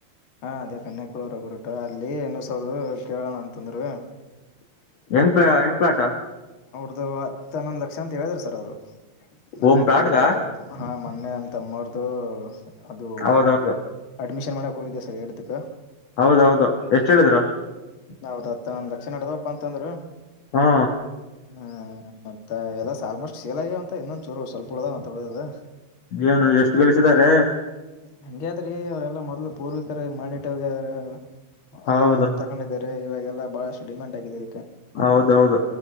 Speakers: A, on the left; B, on the left.
A: ಹಾ ಅದೇ ಕನ್ಯಕುಳರುಗರುಟ ಅಲ್ಲಿ ಹೊ ಸಾವಿರ ಕೇಳೋಣ ಅಂತಂದ್ರ.
B: <unintelligible> <unintelligible>
A: ಅದು ಹತ್ತ ಹನ್ನೊಂದ್ ಲಕ್ಷ ಅಂತ ಹೇಳಿದ್ರ ಸರ್ ಅವ್ರು. ನಾನ್
B: ಓಮ್ ಪ್ಲಾಟ್ಗ
A: ಕೇಳ್ರಪ್ಪ ಹ. ಮೊನ್ನೆ ನಮ್ಮ ತಮ್ಮರದು. ಅದು
B: ಹೌದೌದು
A: ಅಡ್ಮಿಷನ್ ಮಾಡ. ಹೋಗಿದ್ದೆ ಸರ್ ಏಡತಕ್ಕ.
B: ಹೌದೌದು ಎಷ್ಟು ಹೇಳಿದ್ರು.
A: ಹೌದ್ ಹತ್ತ ನಂದ್ ಲಕ್ಷ ನಡದವಪ್ಪ ಅಂತಂದ್ರರು.
B: ಹಾ
A: ಹ್ಮ ಮತ್ತ ಎಲ್ಲ. ಆಲ್ಮೋಸ್ಟ್ ಸೇಲಾಗ್ಯ ಅಂತ ಇನ್ನೊಂದ ಚೂರು ಸ್ವಲ್ಪ ಉಳದಾವ ಅಂತ ಉಳಿಯದ.
B: ಏನು ಎಷ್ಟು ಗಳಿಸಿದ್ದಾರೆ
A: ಹಂಗ್ಯಾದ್ರಿ ಅವ್ರೆಲ್ಲಾ ಮೊದ್ಲು ಪೂರ್ವಿಕರ ಮಾಡಿಟ್ಟ ಹೋಗ್ಯಾರ.
B: ಹೌದು
A: ಹೊಲ ಮನಿ ತಗೊಂಡಿದ್ದೀರಿ ಇವಾಗ. ಎಲ್ಲ ಬಹಳಷ್ಟು ಡಿಮಂಡ್ ಆಗಿದೆ.
B: ಹೌದೌದು